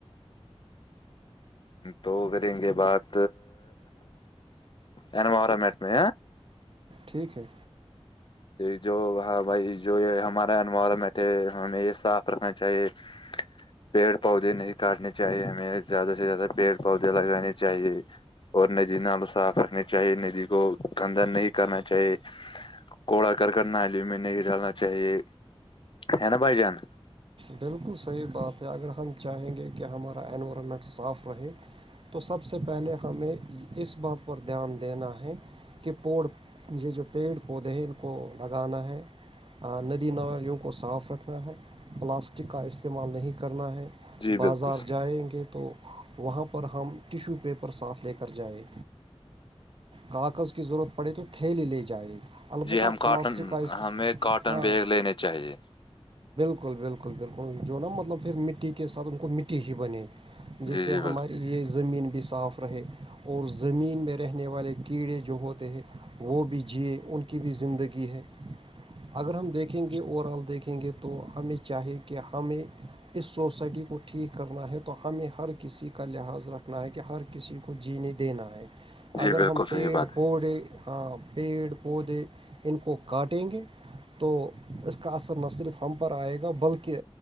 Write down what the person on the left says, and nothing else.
تو کریں گے بات انوریمیٹ پہ
یہ جو ہاں بھائی جو یہ ہمارا انوائرمنٹ ہے ہمیں اس صاف رکھنا چاہیے پیڑ پودے نہیں کاٹنے چاہیے ہمیں زیادہ سے زیادہ پیڑ پودے لگانے چاہیے اور ندی نال صاف رکھنی چاہیے ندی کو گندا نہیں کرنا چاہیے کوڑا کرکٹ نالیوں میں نہیں ڈالنا چاہیے ہے نا بھایی جان
جی
بالکل
جی ہم
کاٹن
ہمیں کاٹن
بیگ لینے چاہیے
جی
جی بالکل
جی
بالکل
صحیح بات
ہے